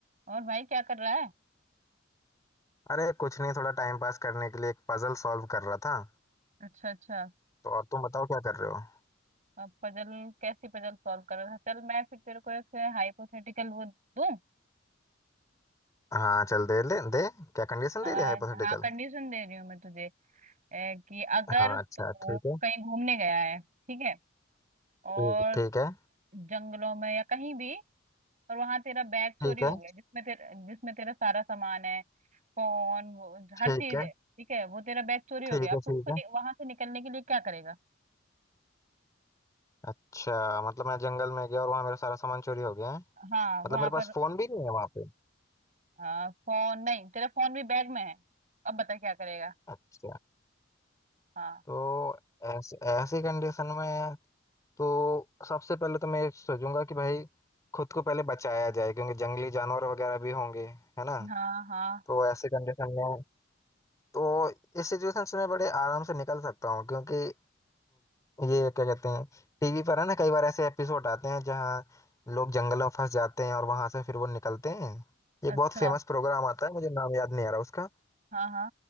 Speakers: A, on the right (about 40°); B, on the left (about 15°).
A: और भाई क्या कर रहा है
B: अरे कुछ नहीं थोड़ा टाइम पास करने के लिए एक पजल सॉल्व कर रहा था
A: अच्छा अच्छा
B: तो और तुम बताओ क्या कर रहे हो
A: अब पजल कैसी पजल सॉल्व कर रहा था चल मैं फिर तेरे को एक हाइपोथेटिकल वो दूं
B: हाँ चल दे दे दे क्या कंडीशन
A: आ,
B: दे रही है हाइपोथेटिकल
A: हाँ कंडीशन दे रही हूँ मैं तुझे ए, कि अगर
B: हाँ
A: तू
B: अच्छा ठीक है
A: कहीं घूमने गया है ठीक है और
B: ठीक ठीक है
A: जंगलों में या कहीं भी और वहां तेरा बैग चोरी
B: ठीक
A: हो
B: है
A: गया जिसमें तेरा जिसमें तेरा सारा सामान है फोन वो,
B: ठीक
A: हर चीज
B: है
A: है ठीक है वो तेरा बैग चोरी हो
B: ठीक
A: गया अब
B: है ठीक
A: तू उसको
B: है
A: वहां से निकलने के लिए क्या करेगा
B: अच्छा मतलब मैं जंगल में गया और वहाँ मेरा सारा सामान चोरी हो गया है
A: हाँ वहां
B: मतलब मेरे
A: पर
B: पास फोन भी नहीं है वहाँ पे
A: हाँ फोन नहीं तेरा फोन भी बैग में है अब बता क्या करेगा
B: अच्छा
A: हाँ
B: तो ऐसे ऐसी कंडीशन में तो सबसे पहले तो मैं सोचूंगा कि भाई खुद को पहले बचाया जाए क्योंकि जंगली जानवर वगैरह भी होंगे है ना
A: हाँ हाँ
B: तो ऐसे कंडीशन में तो इस सिचुएशन से मैं बड़े आराम से निकल सकता हूँ क्योंकि ये क्या कहते हैं टीवी पर है ना कई बार ऐसे एपिसोड आते हैं जहाँ लोग जंगल में फंस जाते हैं और वहां से फिर वो निकलते हैं एक
A: अच्छा
B: बहुत फेमस प्रोग्राम आता है मुझे नाम याद नहीं आ रहा उसका
A: हाँ हाँ